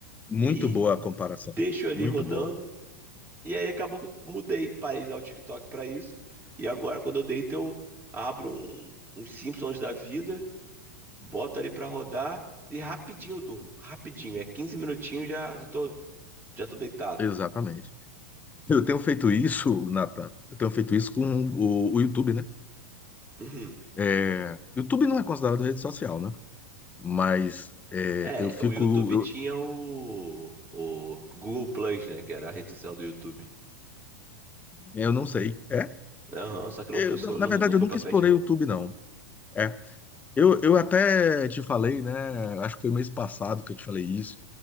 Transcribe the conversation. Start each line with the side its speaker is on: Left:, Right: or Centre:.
Left: Muito
Right: e
Left: boa a comparação.
Right: deixo ali
Left: Muito
Right: rodando?
Left: boa.
Right: E aí acabou que eu mudei, parei de usar o TikTok pra isso. E agora, quando eu deito, eu abro um, um Simpsons da vida, boto ali pra rodar e rapidinho eu durmo. Rapidinho, é 15 minutinhos já tô, já tô deitado.
Left: Exatamente. Eu tenho feito isso, Nathan. Eu tenho feito isso com o, o YouTube, né?
Right: Uhum.
Left: É, YouTube não é considerado rede social, né? Mas é,
Right: É,
Left: eu fico.
Right: o YouTube
Left: Eu,
Right: tinha o, o Google Plus, né? Que era a rede social do YouTube.
Left: eu não sei. É?
Right: Aham, só que não
Left: Eu,
Right: funcionou,
Left: na
Right: não,
Left: verdade,
Right: não foi
Left: eu nunca
Right: pra frente,
Left: explorei
Right: não.
Left: o YouTube, não. É. Eu, eu até te falei, né? Acho que foi mês passado que eu te falei isso.